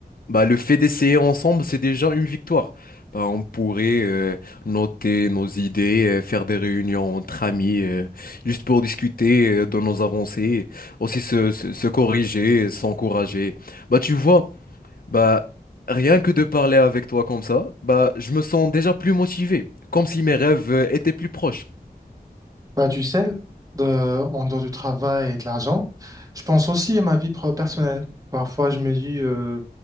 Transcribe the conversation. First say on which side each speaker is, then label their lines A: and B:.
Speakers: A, on the left; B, on the right.
A: bah, le fait d'essayer ensemble, c'est déjà une victoire. Bah, on pourrait euh, noter nos idées, euh, faire des réunions entre amis, euh, juste pour discuter euh, de nos avancées, aussi se, se, se corriger, s'encourager. Bah, tu vois. Bah, rien que de parler avec toi comme ça, bah, je me sens déjà plus motivé, comme si mes rêves euh, étaient plus proches.
B: Bah, tu sais, de- en dehors du travail et de l'argent, je pense aussi à ma vie pro- personnelle. Parfois, je me dis euh,